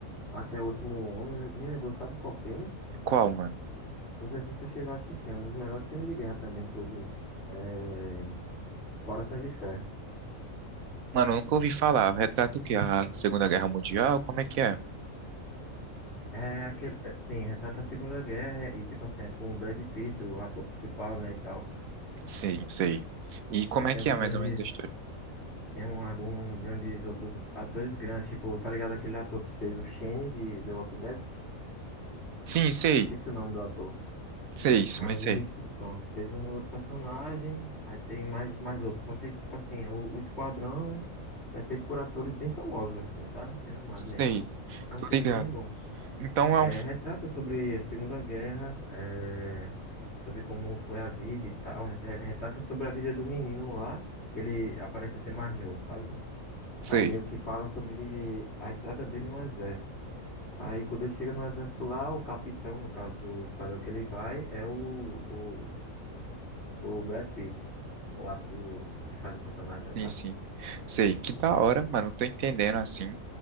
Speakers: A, on the left; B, on the right.
A: Até o Último Homem, né, me lembrou, sabe qual filme?
B: Qual, mano?
A: Não sei se você chegou a assistir, é um dos melhores filmes de guerra também, inclusive. É... Corações de Ferro.
B: Mano, eu nunca ouvi falar. Retrata o quê? A Segunda Guerra Mundial? Como é que é?
A: É aquele, é, sim, retrata a Segunda Guerra e, tipo assim, é com o Brad Pitt, o ator principal, né, e tal.
B: Sim, sei. E como
A: Aí tem
B: é que
A: um dos
B: é mais
A: grandes,
B: ou menos a história?
A: tem um, algum grandes outros atores grandes, tipo, tá ligado aquele ator que fez o Shane de The Walking Dead?
B: Sim, sei.
A: Esqueci o nome do ator.
B: Sei,
A: Mas
B: mas sei.
A: ele, fe- pronto, fez um outro personagem, aí tem mais, mais outros. Só sei que, tipo assim, o, o Esquadrão é feito por atores bem famosos, assim, sabe? Renomado
B: Sei.
A: mesmo. É um
B: Tô
A: filme
B: ligado.
A: bem bom.
B: Então é
A: É,
B: um.
A: retrata sobre a Segunda Guerra, é, sobre como foi a vida e tal. Re- Retrata sobre a vida do menino lá, que ele aparenta ser mais novo, sabe?
B: Sei.
A: Aí meio que fala sobre a entrada dele no exército. Aí quando ele chega no exército lá, o capitão, no caso do esquadrão que ele vai, é o, o Brad Pitt, o, ato- o que faz o personagem, né, no
B: Sim,
A: caso.
B: sim. Sei. Que da hora, mano. Tô entendendo, assim.